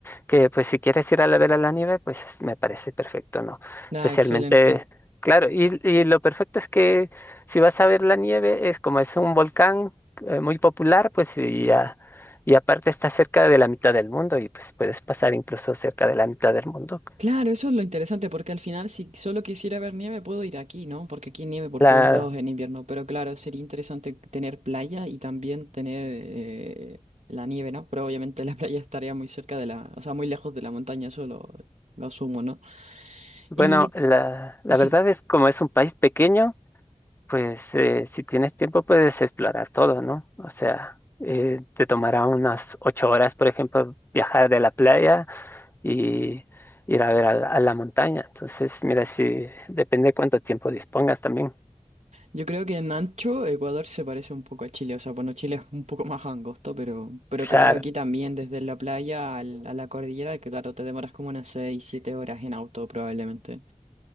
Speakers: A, on the left; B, on the right.
A: que pues si quieres ir a la ver a la nieve pues es- me parece perfecto, ¿no? Especialmente,
B: Ah, excelente.
A: claro, y, y lo perfecto es que si vas a ver la nieve es como es un volcán eh, muy popular pues y, a- y aparte está cerca de la mitad del mundo y pues puedes pasar incluso cerca de la mitad del mundo.
B: Claro, eso es lo interesante, porque al final si solo quisiera ver nieve puedo ir aquí, ¿no? Porque aquí hay nieve por
A: La,
B: todos lados en invierno, pero claro, sería interesante tener playa y también tener eh, la nieve, ¿no? Pero obviamente la <laughs> playa estaría muy cerca de la, o sea, muy lejos de la montaña, eso lo, lo asumo, ¿no?
A: bueno,
B: Y
A: la, la
B: sí.
A: verdad es como es un país pequeño, Pues eh, si tienes tiempo puedes explorar todo, ¿no? O sea, eh, te tomará unas ocho horas, por ejemplo, viajar de la playa y ir a ver a la, a la montaña. Entonces, mira, si depende cuánto tiempo dispongas también.
B: Yo creo que en ancho Ecuador se parece un poco a Chile, o sea, bueno, Chile es un poco más angosto, pero, pero
A: Claro.
B: claro, aquí también desde la playa al- a la cordillera, que claro, te demoras como unas 6, 7 horas en auto probablemente.